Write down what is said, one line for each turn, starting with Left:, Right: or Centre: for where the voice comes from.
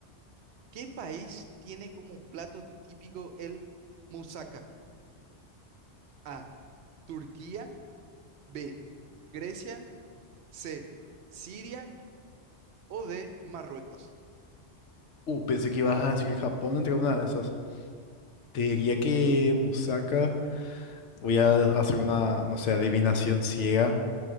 Right: ¿Qué país tiene como plato típico el moussaka? A, Turquía, B, Grecia, C, Siria o D, Marruecos.
Left: Uh, pensé que ibas a decir Japón entre una de esas. Te diría que Musaka, voy a hacer una, no sé, adivinación ciega.